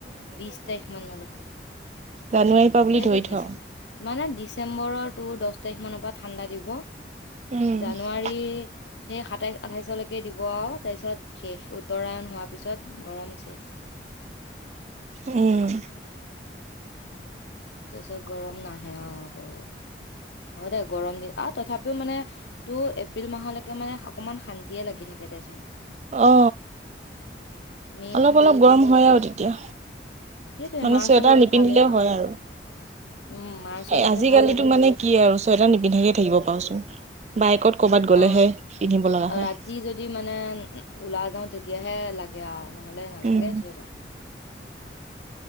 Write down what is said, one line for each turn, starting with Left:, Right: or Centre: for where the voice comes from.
Left: বিশ তাৰিখ মানলৈকে
Right: জানোৱাৰি পা বুলি
Left: সেইটোৱে
Right: ধৰি
Left: দিছ
Right: থওঁ
Left: মানে ডিচেম্বৰ তটো দহ তাৰিখ মানৰ পৰা ঠাণ্ডা দিব।
Right: উম
Left: জানুৱাৰী সেই সাতাইশ আঠাইশলৈকে দিব আৰু তাৰ পিছত শেষ উত্তৰায়ণ হোৱাৰ পিছত গৰম শেষ
Right: উম
Left: তাৰছত গৰম নাহে আকৌ হয় দে গৰম দিন আহ তথাপিও মানে টো এপ্ৰিল মাহলৈকে মানে অকমান শান্তিয়ে লাগি থাকে। কে দেচোন
Right: অ
Left: মে'ৰ
Right: অলপ
Left: পৰাহে
Right: অলপ
Left: আকৌ
Right: গৰম হয় আৰু তেতিয়া
Left: সেইটোৱে
Right: মানে
Left: মাৰ্চলৈকে
Right: চুৱেটাৰ নিপিন্ধিলেও
Left: ভালেই
Right: হয় আৰু
Left: উম মাৰ্চলৈকে
Right: এ আজিকালিতো
Left: ভাল লাগি থাকে
Right: মানে কি আৰু চুৱেটাৰ নিপিন্ধাকে থাকিব পাওচোন বাইকত ক'বাত গ'লেহে
Left: অ
Right: পিন্ধিব লগা হয়।
Left: ৰাতি যদি মানে ওলাই যাওঁ তেতিয়াহে লাগে আৰু নহলে নালাগে
Right: উম,
Left: চুৱেটাৰ